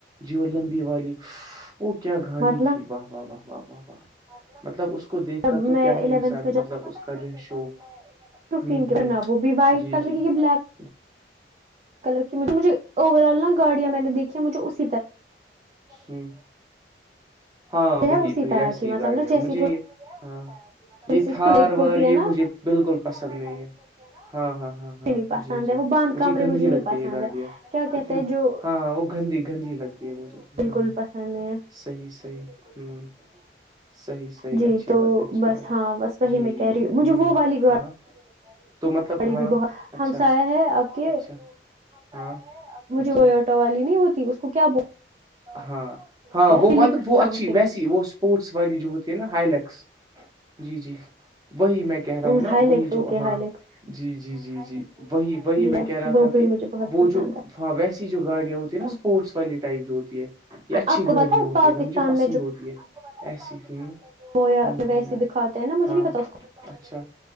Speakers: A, on the right; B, on the right.
A: جی وہ لمبی والی وہ کیا گاڑی
B: مطلب
A: تھی واہ واہ واہ واہ واہ واہ مطلب اس کو دیکھ
B: جب
A: کر تو
B: میں
A: کیا
B: الیونتھ
A: ہی انسان مطلب اس کا جو ہے شوق
B: سوفین
A: ہوں
B: کے
A: ہوں
B: بنا وہ بھی وائٹ
A: جی
B: کلر
A: جی
B: کے بلیک
A: ورنہ وہ بھی وائٹ کلر کی بلا کلر کی مجھے سب سے زیادہ لیکن مجھے اوور آل نا گاڑیاں میں نے دیکھی مجھے اسی طرح کی پسند ہے
B: کلر کی مجھے مجھے اوور آل نا گاڑیاں میں نے دیکھی مجھے اس
A: ہمم ہاں بی
B: ہے اسی
A: بی
B: طرح
A: ویسی
B: کی مطلب
A: ہی گاڑیا
B: نا جیسی
A: ہے مجھے یہ ہاں
B: تھوڑی
A: یہ
B: سی
A: تھار
B: سلیپ ہوتی
A: وار یہ
B: ہے نا
A: مجھے بالکل پسند نہیں ہے ہاں ہاں ہاں
B: مجھے
A: ہاں
B: نہیں پسند
A: جی جی
B: ہے وہ باند
A: مجھے
B: کمرے
A: گندی
B: نہیں
A: لگتی
B: پسند
A: ہے یہ گاڈیا
B: کیا کہتے
A: اتنی
B: ہیں جو
A: ہاں وہ گندی گندی لگتی ہے مجھے ہ
B: بالکل
A: ہ
B: پسند نہیں ہے
A: صحیح صحیح ہوں صحیح صحیح
B: جی
A: اچھی
B: تو
A: بات ہے اچھی
B: بس
A: بات
B: ہاں
A: ہے
B: بس وہی
A: جی
B: میں
A: جی
B: کہہ
A: جی
B: رہی ہوں مجھے وہ والی گاڑی
A: <inaudible>
B: بڑی
A: ہاں
B: بھی بہت
A: اچھا
B: ہمسایا ہے آپ کے
A: اچھا ہاں
B: مجھے
A: اچھا
B: وہ آٹو والی نہیں ہوتی اس کو کیا بول
A: ہاں ہاں وہ
B: ہلکس
A: مطلب وہ
B: سم
A: اچھی
B: تھنگ
A: ویسی وہ اسپورٹس والی جو ہوتی ہے نا ہلیکس جی جی وہی میں
B: ہ
A: نا
B: ہائی
A: وہی
B: لیکس
A: جو
B: اوکے
A: ہاں
B: ہائی لیکس
A: جی جی جی جی وہی وہی
B: جی
A: میں
B: ہاں
A: کہہ رہا
B: وہ
A: تھا
B: بھی
A: کہ
B: مجھے بہت
A: وہ
B: پسند
A: جو ویسی جو گاڑیاں ہوتی
B: ہے
A: نا پورٹس والی ٹائپ جو ہوتی ہے یہ اچھی
B: آپ کو
A: گاڑیاں
B: پتا
A: ہوتی
B: پاکستان
A: ہے وہ مجھے پسند ہوتی ہے ایسی
B: وہ یا
A: ہوں
B: پھر
A: ہوں
B: ویسے دکھاتے ہیں نا مجھے
A: ہاں
B: نہیں پتا اس کو
A: اچھا